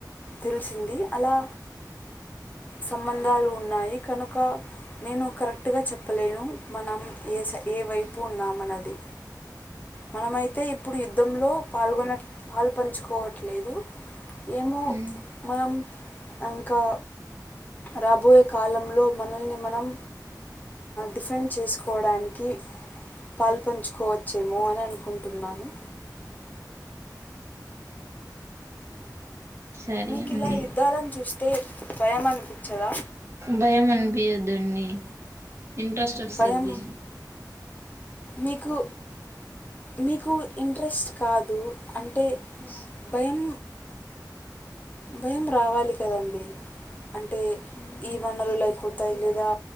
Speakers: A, on the left (about 25°); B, on the right (about 40°).
A: తెలిసింది అలా సంబంధాలున్నాయి కనుక నేను కరెక్ట్ గా చెప్పలేను మనం ఏ సై ఏ వైపు ఉన్నామన్నది మనమైతే ఇప్పుడు యుద్ధంలో పాల్గొన్న పాలు పంచుకోవట్లేదు ఏమో
B: మ్మ్
A: మనం ఇంకా రాబోయే కాలంలో మనల్ని మనం. డిఫెండ్ చేసుకోవడానికి. పాలు పంచుకోవచ్చుఎమో అని అనుకుంటున్నాను.
B: సరే
A: మిఇలా
B: అండి
A: ఇలా యుద్ధాలను చూస్తే భయం అనిపించదా
B: భయం అనిపియద్దండి ఇంట్రెస్ట్ వస్తది
A: భయం మీకు మీకు ఇంట్రెస్ట్ కాదు అంటే భయం భయం రావాలి కదండి అంటే ఈ వనరులు అయిపోతాయి లేదా